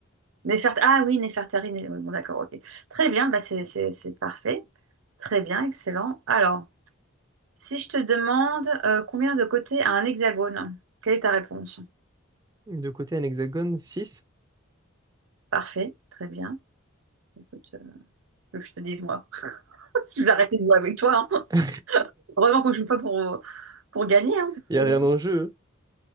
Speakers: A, on the right; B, on the right.
A: Néfert- Ah oui, Néfertari, Né- oui, bon d'accord, ok. Très bien, bah c'est c'est- c'est parfait. Très bien, excellent. Alors, si je te demande euh, combien de côtés a un hexagone, quelle est ta réponse?
B: De côté, un hexagone, six.
A: Parfait, très bien. Écoute, euh, que je te dise moi. <laughs> Si je vais arrêter de jouer avec toi, hein.
B: <laughs>
A: Heureusement qu'on ne joue pas pour, pour gagner, hein, parce
B: Il
A: que-
B: y a rien en jeu.